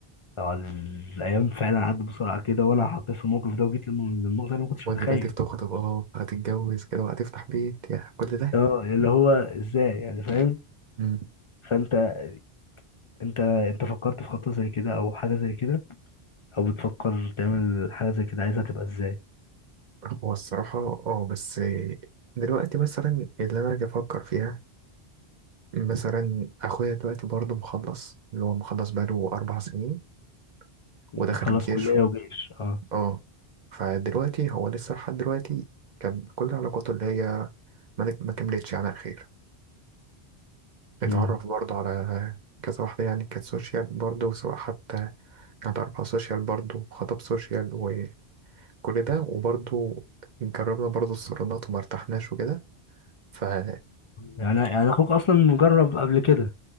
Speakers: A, on the left (about 60°); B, on the right (about 50°).
A: هو الايام فعلا عدت بسرعه كده وانا حطيت في الموقف ده وجيت للم- للنقطه اللي ما كنتش
B: ودلوقتي
A: متخيل
B: بتخطب اه هتتجوز كده وهتفتح بيت يعني كل ده
A: اه اللي هو ازاي يعني فاهم
B: امم
A: فانت انت انت فكرت في خطة زي كده او حاجة زي كده او بتفكر تعمل حاجة زي كده عايزها تبقى ازاي
B: هو الصراحة اه بس دلوقتي مثلا اللي أنا أجي أفكر فيها مثلا أخويا دلوقتي برضه مخلص اللي هو مخلص بقاله أربع سنين
A: مخلص
B: ودخل الجيش
A: كلية
B: و-
A: وجيش اه
B: اه فدلوقتي هو لسه لحد دلوقتي كان كل علاقاته اللي هي ما ما كملتش يعني على الخير اتعرف
A: امم
B: برضه على كذا واحدة يعني كانت سوشيال برضه سواء حتى كانت أربعة سوشيال برضه وخطب سوشيال وكل ده وبرضه جربنا برضه الصالونات وما ارتحناش وكده فا
A: يعني يعني اخوك اصلا مجرب قبل كده